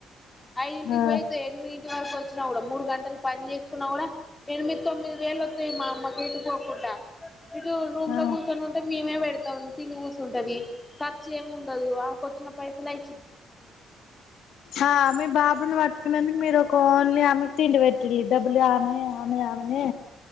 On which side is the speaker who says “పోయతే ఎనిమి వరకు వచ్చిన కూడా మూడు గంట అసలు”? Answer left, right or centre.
Left